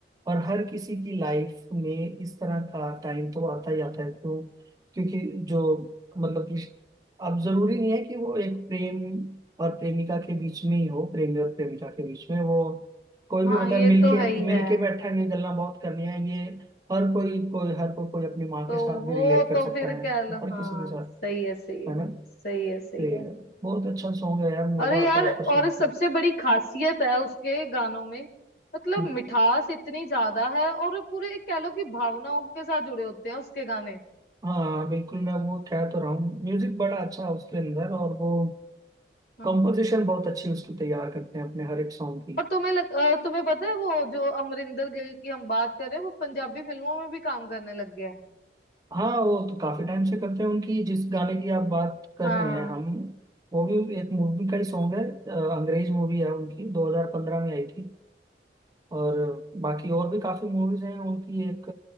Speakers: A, on the right (about 20°); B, on the left (about 55°).
A: और हर किसी की लाइफ में इस तरह का टाइम तो आता ही आता है क्यों क्योंकि जो मतलब कि अब जरूरी नहीं है कि वो एक प्रेम और प्रेमिका के बीच में ही हो प्रेमी और प्रेमिका के बीच में वो कोई
B: हाँ
A: भी होता
B: ये
A: है मिलके
B: तो है ही
A: मिलके
B: है
A: बैठा के गल्ला बहुत करनी है ये हर कोई कोई हर कोई कोई अपनी माँ
B: तो
A: के साथ
B: वो
A: भी रिलेट कर
B: तो
A: सकता
B: फिर
A: है
B: कह
A: तो
B: लो
A: हर
B: हाँ
A: किसी के साथ
B: सही है सही है
A: है ना
B: सही है सही
A: तो ये
B: है
A: बहुत अच्छा सॉन्ग है यार मजा
B: अरे
A: आता
B: यार
A: है उसको सुन
B: और सबसे
A: के
B: बड़ी खासियत है उसके गानों में मतलब
A: हम्म,
B: मिठास इतनी ज्यादा है और पूरे कह लो कि भावनाओं के साथ जुड़े होते हैं उसके गाने
A: हाँ बिल्कुल मैं वो कह तो रहा हूँ म्यूजिक बड़ा अच्छा है उसके अंदर और वो
B: हाँ
A: कंपोजिशन बहुत अच्छी उसकी तैयार करते हैं अपने हर एक सॉन्ग की
B: और तुम्हें लग, अ, तुम्हें पता है वो जो अमरिंदर गिल की हम बात कर रहे हैं वो पंजाबी फिल्मों में भी काम करने लग गया है
A: हाँ वो तो काफी टाइम से करते हैं उनकी जिस गाने की आप बात कर
B: हाँ
A: रहे हैं हम वो भी एक मूवी का ही सॉन्ग है अ, अंग्रेज मूवी है उनकी 2015 में आई थी और बाकी और भी काफी मूवीज हैं उनकी एक